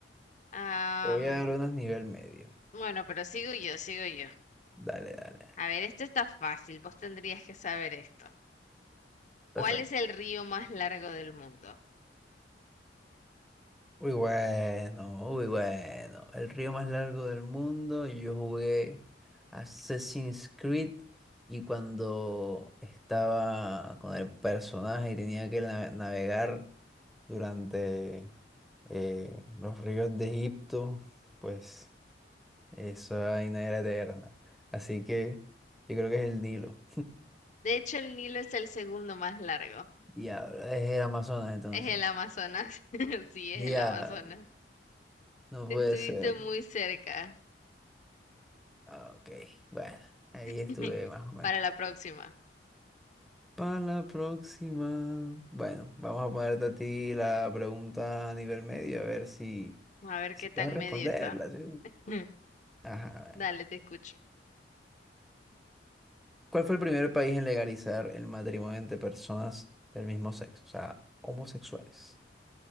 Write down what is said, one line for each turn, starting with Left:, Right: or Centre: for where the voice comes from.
Left: am,
Centre: Te voy a dar unas nivel medio.
Left: bueno, pero sigo yo, sigo yo.
Centre: Dale, dale.
Left: A ver, esto está fácil. Vos tendrías que saber esto. ¿Cuál
Centre: Perfecto.
Left: es el río más largo del mundo?
Centre: Muy bueno, muy bueno. El río más largo del mundo. Yo jugué Assassin's Creed y cuando estaba con el personaje y tenía que na- navegar durante eh, los ríos de Egipto, pues esa vaina era eterna. Así que yo creo que es el Nilo.
Left: De hecho, el Nilo es el segundo más largo.
Centre: Diablo, es el Amazonas entonces.
Left: Es el Amazonas. <laughs> Sí,
Centre: Diablo,
Left: es el Amazonas.
Centre: no puede
Left: Estuviste
Centre: ser.
Left: muy cerca.
Centre: Ah, Ok, bueno, ahí estuve
Left: <laughs>
Centre: más o menos.
Left: Para la próxima.
Centre: Para la próxima. Bueno, vamos a ponerte a ti la pregunta a nivel medio, a ver si,
Left: A ver
Centre: si
Left: qué tan
Centre: puedes responderla,
Left: medio está.
Centre: ¿sí?
Left: Mm,
Centre: Ajá. a ver.
Left: Dale, te escucho.
Centre: ¿Cuál fue el primer país en legalizar el matrimonio entre personas del mismo sexo? O sea, homosexuales.